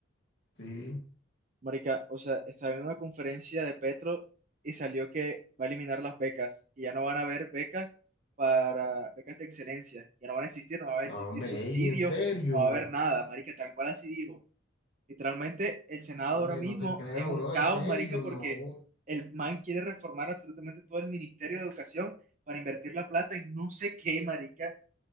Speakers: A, on the left; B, on the right.
A: sí.
B: Marica, o sea, estaba viendo una conferencia de Petro y salió que va a eliminar las becas y ya no van a haber becas para becas de excelencia, ya no van a existir, no va a existir
A: No, hombre,
B: subsidio,
A: ey, en serio.
B: no va a haber nada, marica, tal cual así dijo. Literalmente el Senado
A: No,
B: ahora
A: hombre,
B: mismo
A: no te creo,
B: es un
A: bro,
B: caos,
A: en serio,
B: marica, porque
A: no.
B: el man quiere reformar absolutamente todo el Ministerio de Educación para invertir la plata en no sé qué, marica,